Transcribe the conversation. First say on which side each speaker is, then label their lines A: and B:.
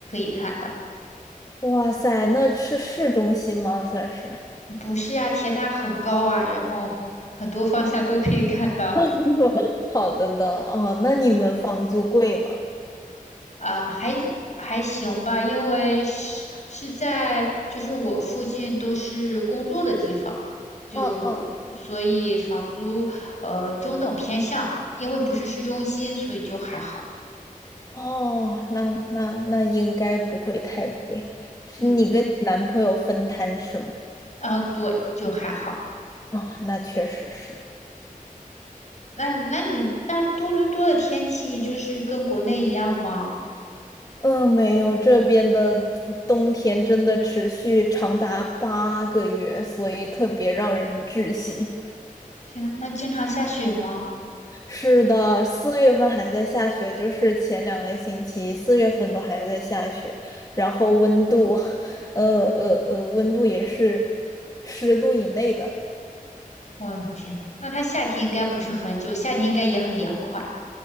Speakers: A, on the left; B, on the left.
A: 看到。
B: 哇塞，那是市中心吗？算是。
A: 不是呀，铁塔很高啊，然后很多方向都可以看到。
B: <laughs> 好的呢，哦，那你们房租贵吗？
A: 啊，还还行吧，因为是是在就是我附近都是工作的地方，就所以房租呃中等偏上，
B: 嗯嗯，
A: 因为不是市中心，所以就还好。
B: 哦，那那那应该不会太贵，是你跟你男朋友分摊是吗？
A: 嗯，啊，对，就还好。
B: 哦，那确实是。
A: 那你那你那多伦多的天气就是跟国内一样吗？
B: 呃，没有，这边的冬天真的持续长达八个月，所以特别让人窒息。
A: 天呐，那经常下雪吗？
B: 是的，四月份还在下雪，就是前两个星期四月份都还在下雪，然后温度，<laughs> 呃呃呃，温度也是十度以内的。
A: 我的天呐，那它夏天应该不是很久，夏天应该也很凉快。